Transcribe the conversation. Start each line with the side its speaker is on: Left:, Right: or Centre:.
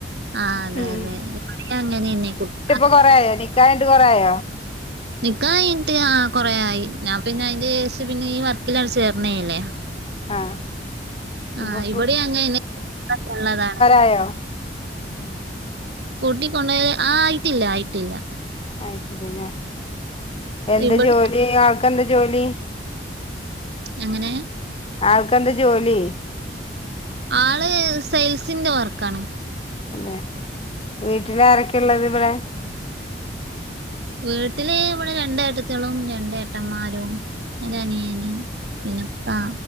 Right: ആ അതെ
Left: ഉം
Right: അതെ <unintelligible> എവിടെ അങ്ങനെ <unintelligible>
Left: കുറയോ നിക്കായട്ട് കുറായോ
Right: നിക്കാൻ കഴിഞ്ഞിട്ട് ആ കൊറയായി ഞാൻ പിന്നെ അതിന്റെ ശേഷം പിന്നെ ഈ വർക്കിലങ്ങ് ചേർന്നതല്ലേ
Left: ആഹ്
Right: ആഹ്
Left: ഇപ്പൊ
Right: ഇവിടേം അങ്ങനെന്നെ ള്ളതാണ്
Left: അയ്യോ
Right: കൂട്ടി കൊണ്ട് പോയി ആയിട്ടില്ല ആയിട്ടില്ല
Left: ആയിട്ടില്ലല്ലേ എന്താ
Right: ഇവിടെ
Left: ജോലി ആൾക്കെന്താ ജോലി
Right: എ ങ്ങനെ
Left: ആൾക്ക് എന്താ ജോലി
Right: ആള് സെയിൽസിന്റെ വർക്കാണ്
Left: അല്ലെ വീട്ടില ആരൊക്കെ ഉള്ളത് ഇവിടെ
Right: വീട്ടില് ഇവിടെ ഏട്ടത്തിയളും രണ്ട് ഏട്ടന്മാരും ഒരു അനിയൻ പിന്നപ്പ